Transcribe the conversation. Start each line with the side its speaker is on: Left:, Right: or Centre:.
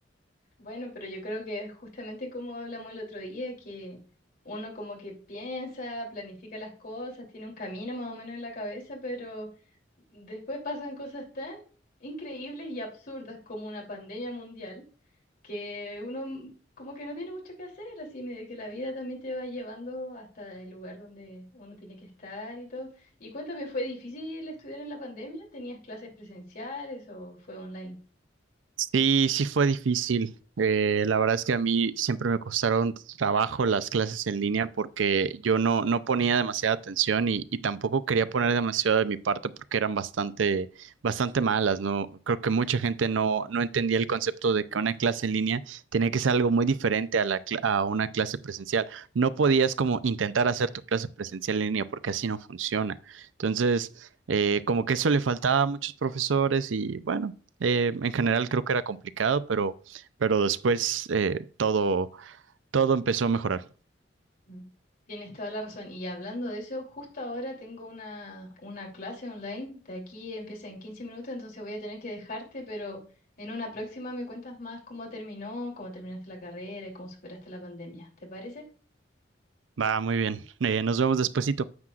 Left: Bueno, pero yo creo que justamente como hablamos el otro día, que uno como que piensa, planifica las cosas, tiene un camino más o menos en la cabeza, pero después pasan cosas tan increíbles y absurdas como una pandemia mundial que uno mm, como que no tiene mucho que hacer, así medio que la vida también te va llevando hasta el lugar donde uno tiene que estar y todo. Y cuéntame, ¿fue difícil estudiar en la pandemia? ¿Tenías clases presenciales o fue online?
Right: Sí, sí fue difícil. Eh, la verdad es que a mí siempre me costaron trabajo las clases en línea porque yo no, no ponía demasiada atención y, y tampoco quería poner demasiado de mi parte porque eran bastante, bastante malas, ¿no? Creo que mucha gente no, no entendía el concepto de que una clase en línea tenía que ser algo muy diferente a la, cl- a una clase presencial. No podías como intentar hacer tu clase presencial en línea porque así no funciona. Entonces eh, como que eso le faltaba a muchos profesores y bueno, eh, en general creo que era complicado, pero, pero después eh, todo, todo empezó a mejorar.
Left: Mm. Tienes toda la razón. Y hablando de eso, justo ahora tengo una, una clase online. De aquí empieza en 15 minutos, entonces voy a tener que dejarte, pero en una próxima me cuentas más cómo terminó, cómo terminaste la carrera y cómo superaste la pandemia. ¿Te parece?
Right: Va, muy bien. Eh, nos vemos despuesito.